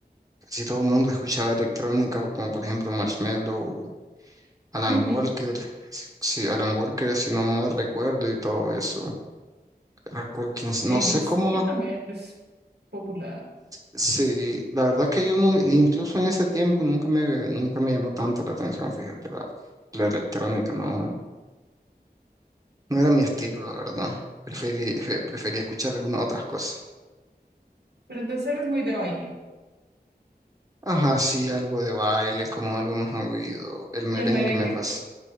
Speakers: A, on the right; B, on the right.
A: Casi todo el mundo escuchaba electrónica, como por ejemplo Marshmello, Alan
B: Ujú.
A: Walker, si si- Alan Walker, si no mal recuerdo, y todo eso. Era Colkins, no
B: ABC
A: sé cómo,
B: también es popular.
A: sí, la verdad que yo no, incluso en ese tiempo nunca me, nunca me llamó tanto la atención, fíjate, la, la electrónica, no, no era mi estilo, la verdad. Preferí- fe- prefería escuchar algunas otras cosas.
B: Pero entonces eres muy de baile.
A: Ajá, sí, algo de baile, como algo más movido. El merengue
B: ¿Y el merengue?
A: me fascina.